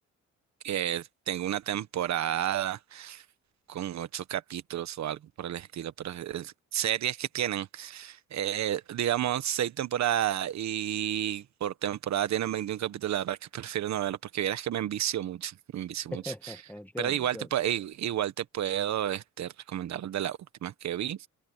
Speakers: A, on the right (about 65°); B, in the centre.
A: que tengo una temporada con ocho capítulos o algo por el estilo, pero es- es- series que tienen Eh, digamos, seis temporadas y por temporada tienen 21 capítulos. La verdad que <laughs> prefiero no verlos porque vieras que me envicio mucho, me envicio mucho.
B: <laughs> Entiendo,
A: Pero igual
B: entiendo.
A: te, pu- i- igual te puedo este, recomendar de las últimas que vi.